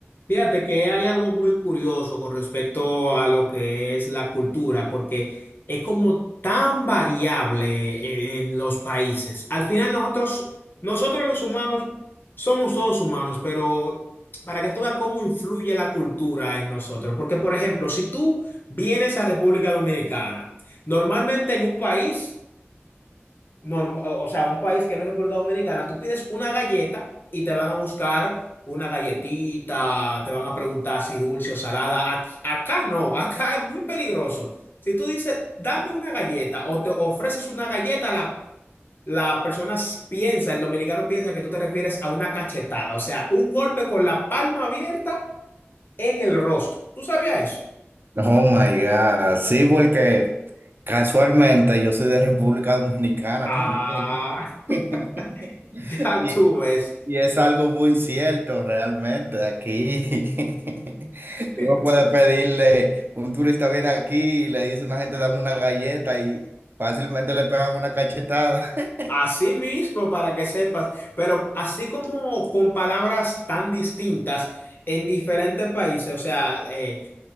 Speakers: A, on the left (about 50°); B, on the right (about 50°).
A: Fíjate que hay algo muy curioso con respecto a lo que es la cultura, porque es como tan variable en, en los países. Al final nosotros, nosotros los humanos somos todos humanos, pero para que tú veas cómo influye la cultura en nosotros. Porque, por ejemplo, si tú vienes a República Dominicana, normalmente en un país norma- o sea, un país que no es República Dominicana, tú pides una galleta y te van a buscar una galletita, te van a preguntar si dulce o salada. Ac- acá no, acá es muy peligroso. Si tú dices, dame una galleta o te ofreces una galleta, la, la persona s- piensa, el dominicano piensa que tú te refieres a una cachetada, o sea, un golpe con la palma abierta en el rostro. ¿Tú sabías eso?
B: Oh my God, sí, porque casualmente yo soy de República Dominicana
A: Ah,
B: también. <laughs>
A: <laughs> ya
B: Y,
A: tú ves.
B: y es algo muy cierto realmente aquí. <laughs> Tú
A: <laughs>
B: no puedes pedirle, un turista viene aquí y le dice a una gente dame una galleta y fácilmente le pegan una cachetada. <laughs>
A: Así mismo, para que sepas, pero así como con palabras tan distintas en diferentes países, o sea, eh,